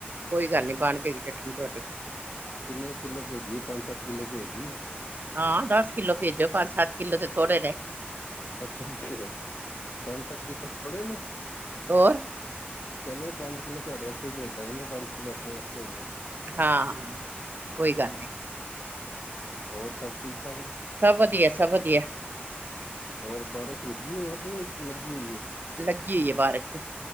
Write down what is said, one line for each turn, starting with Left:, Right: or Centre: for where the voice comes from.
Right: ਕੋਈ ਗੱਲ ਨੀ ਬਣ ਜੇਗੀ ਚਟਨੀ ਤੁਹਾਡੀ
Left: ਕਿੰਨੇ ਕ ਕਿੱਲੋ ਭੇਜੀਏ ਪੰਜ ਸੱਤ ਕਿੱਲੋ ਭੇਜ ਦੀਏ।
Right: ਹਾਂ ਦਸ ਕਿੱਲੋ ਭੇਜੋ ਪੰਜ ਸੱਤ ਕਿੱਲੋ ਤੇ ਥੋੜੇ ਨੇ
Left: ਅੱਛਾ, ਅੱਛਾ ਪੰਜ ਸੱਤ ਕਿਲੋ ਥੋੜੇ ਨੇ
Right: ਹੋਰ
Left: ਚਲੋ ਪੰਜ ਕਿੱਲੋ ਤੁਹਾਡੇ ਵਾਸਤੇ ਭੇਜ ਦਾਗੇ ਨਾ ਪੰਜ ਕਿੱਲੋ ਆਪਣੇ ਵਾਸਤੇ ਹੋਗੇ।
Right: ਹਾਂ ਕੋਈ ਗੱਲ ਨਹੀਂ
Left: ਹੋਰ ਸਭ ਠੀਕ- ਠਾਕ ਜੀ।
Right: ਸਭ ਵਧੀਆ ਸਭ ਵਧੀਆ।
Left: ਔਰ ਬਾਰਿਸ਼ ਰੁਕੀ ਹੋਣ ਕਿ ਲੱਗੀ ਹੋਈ ਏ
Right: ਲੱਗੀ ਹੋਈ ਏ ਬਾਰਿਸ਼ ਤੇ